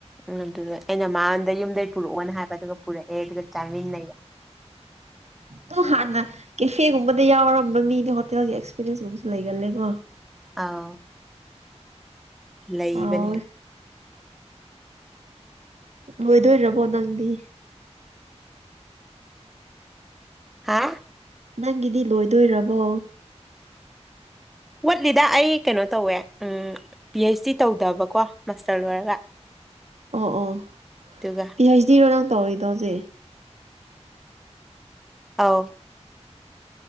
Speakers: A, in the centre; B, on the right.
A: ꯎꯝ ꯑꯗꯨꯗ ꯑꯩꯅ ꯃꯉꯣꯟꯗ ꯌꯨꯝꯗꯩ ꯄꯨꯔꯛꯑꯣꯅ ꯍꯥꯏꯕ ꯑꯗꯨꯒ ꯄꯨꯔꯛꯑꯦ ꯑꯗꯨꯒ ꯆꯥꯃꯤꯟꯅꯩꯌꯦ
B: ꯑꯗꯨ ꯍꯥꯟꯅ ꯀꯦꯐꯦꯒꯨꯝꯕꯗ ꯌꯥꯎꯔꯝꯕ ꯃꯤꯗꯨ ꯍꯣꯇꯦꯜꯒꯤ ꯑꯦꯛꯁꯄꯤꯔꯤꯌꯦꯟꯁꯀꯨꯝꯕꯁꯨ ꯂꯩꯒꯜꯂꯦꯀꯣ
A: ꯑꯥꯎ ꯂꯩꯕꯅꯦ
B: ꯍꯥꯎꯋꯦ ꯂꯣꯏꯗꯣꯔꯕꯣ ꯅꯪꯗꯤ
A: ꯍꯥ
B: ꯅꯪꯒꯤꯗꯤ ꯂꯣꯏꯗꯣꯏꯔꯕꯣ
A: ꯎꯠꯂꯤꯗ ꯑꯩ ꯀꯩꯅꯣ ꯇꯧꯋꯦ ꯎꯝ ꯄꯤ ꯑꯩꯩꯆ ꯗꯤ ꯇꯧꯗꯕꯀꯣ ꯃꯥꯁꯇꯔ ꯂꯣꯏꯔꯒ
B: ꯑꯣ ꯑꯣ
A: ꯑꯗꯨꯒ
B: ꯄꯤ ꯍꯩꯆ ꯗꯤꯔꯣ ꯅꯪ ꯇꯧꯏꯗꯣꯁꯦ
A: ꯑꯥꯎ